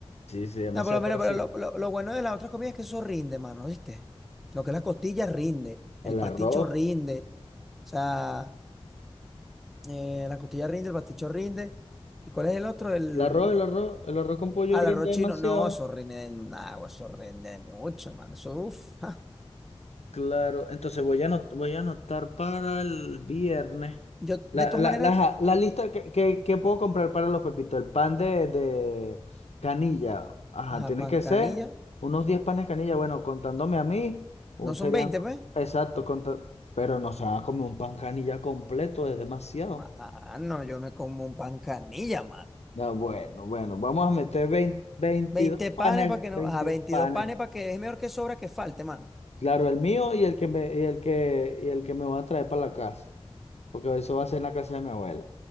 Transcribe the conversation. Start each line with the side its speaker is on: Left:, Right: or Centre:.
Left: Sí, sí, demasiado,
Centre: No, por lo menos,
Left: pero
Centre: pero
Left: sí.
Centre: lo, lo- lo bueno de las otras comidas es que eso rinde, mano, ¿viste? Lo que es las costillas rinde, el
Left: El
Centre: pasticho
Left: arroz,
Centre: rinde, o sea, eh, la costilla rinde, el pasticho rinde. ¿Y cuál es el otro? El...
Left: el arroz, el arroz, el arroz con pollo
Centre: Ah,
Left: rinde
Centre: el arroz chino.
Left: demasiado.
Centre: No, eso rinde en agua, eso rinde mucho, mano. Eso, uff. <laughs>
Left: Claro, entonces voy a anot- voy a anotar para el viernes
Centre: Yo,
Left: la,
Centre: de todas
Left: la,
Centre: maneras,
Left: la, ajá, la lista que, que, que puedo comprar para los pepitos. El pan de, de canilla. Ajá,
Centre: ajá,
Left: tiene
Centre: pan
Left: que
Centre: canilla,
Left: ser unos 10 panes de canilla. Bueno, contándome a mí, un-
Centre: no son
Left: serían...
Centre: 20 pues.
Left: Exacto, conta- pero no se van a comer un pan canilla completo, es demasiado.
Centre: Mano, yo me como un pan canilla, mano.
Left: Ya, bueno, bueno, vamos a meter 20 22
Centre: veinte
Left: panes,
Centre: panes para que
Left: 22
Centre: no, a 22
Left: panes.
Centre: panes para que es mejor que sobra que falte, mano.
Left: Claro, el mío y el que me, y el que, y el que me va a traer para la casa. porque eso va a ser en la casa de mi abuela.